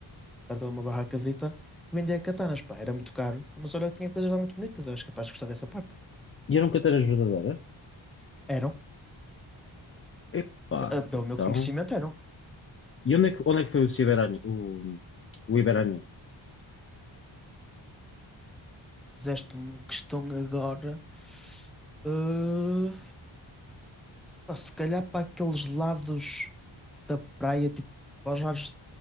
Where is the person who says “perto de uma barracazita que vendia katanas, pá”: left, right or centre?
Centre